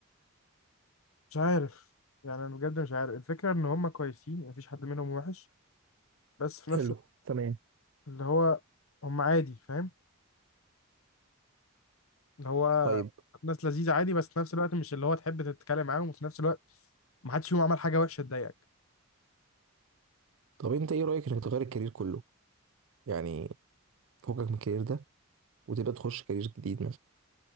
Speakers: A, on the left; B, on the right.
A: مش عارف يعني انا بجد مش عارف الفكرة ان هم كويسين مفيش حد منهم وحش بس في نفس
B: حلو
A: الوقت
B: تمام
A: اللي هو هم عادي فاهم اللي هو
B: طيب
A: ناس لذيذة عادي بس في نفس الوقت مش اللي هو تحب تتكلم معاهم وفي نفس الوقت ما حدش فيهم عمل حاجة وحشة تضايقك
B: طب انت ايه رأيك انك تغير الكارير كله يعني فوقك من الكارير ده وتبقى تخش كارير جديد